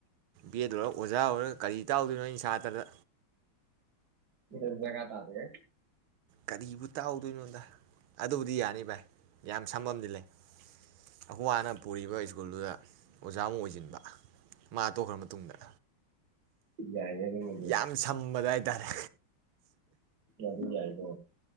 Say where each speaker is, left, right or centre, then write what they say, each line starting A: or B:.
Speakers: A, on the right; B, on the right.
A: ꯕꯦꯠ ꯂꯣꯏꯔꯒ ꯑꯣꯖꯥ ꯑꯣꯏꯔ ꯀꯔꯤ ꯇꯥꯛꯎꯗꯣꯏꯅꯣ ꯑꯩꯅ ꯁꯥꯇ꯭ꯔꯗ
B: ꯗꯔꯀꯥ ꯇꯥꯗꯦꯍꯦ
A: ꯀꯔꯤꯕꯨ ꯇꯥꯛꯎꯗꯣꯏꯅꯣꯗ ꯑꯗꯨꯕꯨꯗꯤ ꯌꯥꯅꯤ ꯚꯥꯏ ꯌꯥꯝ ꯁꯝꯕꯝꯗꯤ ꯂꯩ ꯑꯩꯈꯣꯏ ꯕꯥꯅ ꯄꯨꯔꯤꯕ ꯁ꯭ꯀꯨꯜꯗꯨꯗ ꯑꯣꯖꯥꯃꯨꯛ ꯑꯣꯏꯁꯤꯟꯕ ꯃꯥ ꯇꯣꯛꯈ꯭ꯔ ꯃꯇꯨꯡꯗ
B: ꯌꯥꯏꯍꯦ ꯑꯗꯨꯃꯗꯤ
A: ꯌꯥꯝ ꯁꯝꯕꯗ ꯍꯥꯏꯇꯥꯔꯦ
B: ꯑꯗꯨ ꯌꯥꯏꯀꯣ